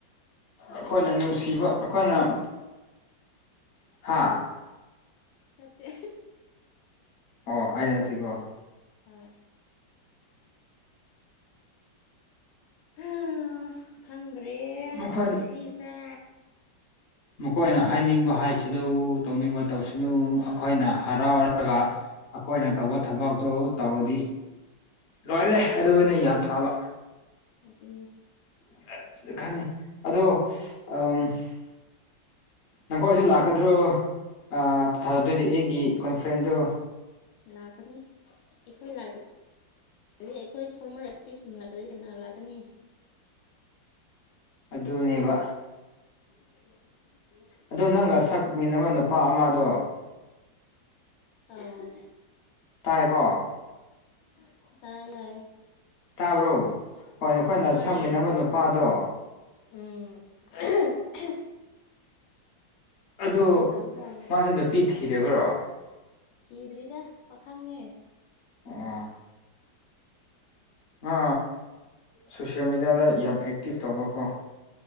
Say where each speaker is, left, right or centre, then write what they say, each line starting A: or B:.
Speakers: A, on the left; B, on the left.
A: ꯍꯣꯏ
B: ꯑꯈꯣꯏꯅ ꯅꯨꯡꯁꯤꯕ
A: ꯀꯣ ꯅꯪ ꯆꯩ
B: ꯑꯈꯣꯏꯅ
A: ꯆꯥꯔꯅꯤ
B: ꯍꯥꯥ
A: ꯍꯥ ꯅꯠꯇꯦ
B: ꯑꯣ ꯑꯩꯅ ꯅꯠꯇꯦꯀꯣ
A: ꯍꯣꯏ ꯍꯥ ꯈꯪꯗ꯭ꯔꯦ
B: ꯃꯈꯣꯏ
A: ꯄꯨꯟꯁꯤꯁꯦ
B: ꯃꯈꯣꯏꯅ ꯍꯥꯏꯅꯤꯡꯕ ꯍꯥꯏꯁꯅꯨ ꯇꯧꯅꯤꯡꯕ ꯇꯧꯁꯅꯨ ꯑꯈꯣꯏꯅ ꯍꯔꯥꯎꯔꯒ ꯑꯈꯣꯏꯅ ꯇꯧꯕ ꯊꯕꯛꯇꯨ ꯇꯧꯔꯗꯤ ꯂꯣꯏꯔꯦ ꯑꯗꯨꯅꯦ ꯌꯥꯝ ꯐꯕ
A: ꯑꯗꯨꯅꯤ
B: <unintelligible> ꯅꯪꯈꯣꯏꯖꯨ ꯂꯥꯛꯀꯗ꯭ꯔꯣ ꯑ ꯇꯨ ꯊꯥꯎꯖꯟ ꯇꯣꯏꯟꯇꯤ ꯑꯦꯠꯀꯤ ꯀꯣꯟꯐ꯭ꯔꯦꯟꯁꯇꯣ
A: ꯂꯥꯛꯀꯅꯤ ꯑꯩꯈꯣꯏ ꯂꯥꯛꯀꯅꯤ ꯑꯩꯈꯣꯏ ꯐꯣꯔꯃꯔ ꯇꯤꯞꯁꯤꯡ ꯂꯥꯛꯇꯔꯗꯤ ꯀꯅꯥ ꯂꯥꯛꯀꯅꯤ
B: ꯑꯗꯨꯅꯦꯕ
A: <unintelligible>
B: ꯑꯗꯣ ꯅꯪꯒ ꯁꯛꯃꯤꯟꯅꯕ ꯅꯨꯄꯥ ꯑꯃꯗꯣ
A: <unintelligible>
B: ꯇꯥꯏꯌꯦꯀꯣ
A: ꯀꯣ ꯇꯥꯏ ꯇꯥꯏ
B: ꯇꯥꯕ꯭ꯔꯣ ꯍꯣꯏ ꯅꯈꯣꯏꯅ
A: ꯇꯥꯏꯌꯦ
B: ꯁꯛꯃꯤꯟꯅꯕ ꯅꯨꯄꯥꯗꯣ
A: <unintelligible> <unintelligible>
B: ꯑꯗꯣ
A: ꯀꯔꯤ ꯇꯧꯕ꯭ꯔꯥ
B: ꯃꯥꯖꯦ ꯅꯨꯄꯤ ꯊꯤꯔꯕ꯭ꯔꯣ
A: ꯊꯤꯗ꯭ꯔꯤꯗ ꯄꯥꯈꯪꯅꯦ
B: ꯑꯣ ꯑ ꯁꯣꯁꯤꯌꯦꯜ ꯃꯦꯗꯤꯌꯥꯗ ꯌꯥꯝ ꯑꯦꯛꯇꯤꯞ ꯇꯧꯕꯀꯣ